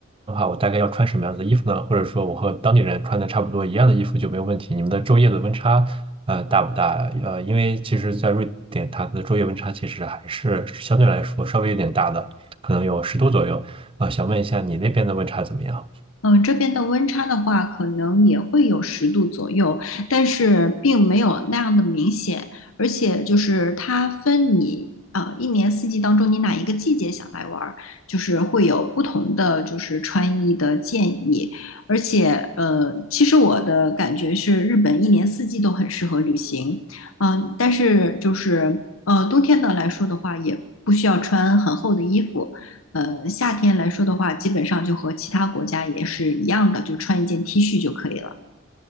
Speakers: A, on the right; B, on the left.
A: 话，我大概要穿什么样子的衣服呢？或者说我和当地人穿的差不多一样的衣服就没有问题？你们的昼夜的温差呃大不大？呃，因为其实，在瑞典，它的昼夜温差其实还是相对来说稍微有点大的，可能有十度左右啊。想问一下你那边的温差怎么样？
B: 嗯，这边的温差的话，可能也会有十度左右，但是并没有那样的明显。而且就是它分你啊，一年四季当中，你哪一个季节想来玩儿，就是会有不同的就是穿衣的建议。而且呃，其实我的感觉是，日本一年四季都很适合旅行。嗯、但是就是呃，冬天的来说的话，也不需要穿很厚的衣服。呃，夏天来说的话，基本上就和其他国家也是一样的，就穿一件 T 恤就可以了。